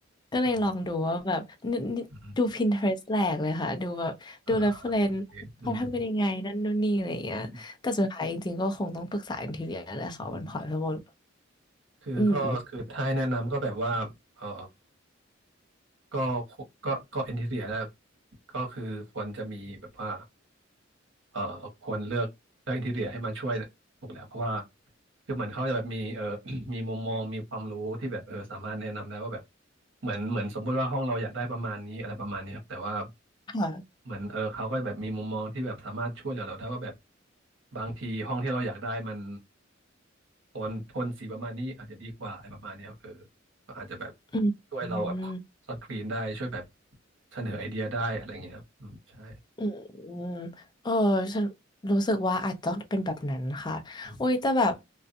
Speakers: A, on the left; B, on the right.
A: ก็เลยลองดูว่าแบบนินิดู
B: อืมอืม
A: Pinterest แหลกเลยค่ะดูแบบดูเรฟเฟรนซ์เขาทำกันยังไงนั่นนู่นนี่อะไรอย่างเงี้ยแต่สุดท้ายจริงๆก็คงต้องปรึกษาอินทีเรียแหละค่ะว่ามันพอรตเทเบิล
B: อ่าโอเคอืมอืมอืม คือก็คือถ้าให้แนะนำก็แบบว่าเออ
A: อืม
B: ก็ก็ก็เอนทีเรียนะก็คือควรจะมีแบบว่า เอ่อควรเลือกเลือกอินทีเรียให้มาช่วยถูกแล้วเพราะว่าคือเหมือนเขาจะแบบมีเอ่อ <clears throat> มีมุมมองมีความรู้ที่แบบเออสามารถแนะนำได้ว่าแบบเหมือนเหมือนสมมุติว่าห้องเราอยากได้ประมาณนี้อะไรประมาณนี้ครับแต่ว่า
A: ค่ะ
B: เหมือนเออเขาก็แบบมีมุมมองที่แบบสามารถช่วยเหลือเราได้ว่าแบบบางทีห้องที่เราอยากได้มันโทนโทนสีประมาณนี้อาจจะดีกว่าอะไรประมาณนี้ครับเออก็อาจจะแบบ
A: อืมอืม
B: ช่วยเราแบบสกรีนได้ช่วยแบบเสนอไอเดียได้อะไรอย่างเงี้ยครับอืมใช่
A: อืมอืมเออฉันรู้สึกว่าอาจจะต้องเป็นแบบนั้นค่ะโอ้ยแต่แบบ
B: อืม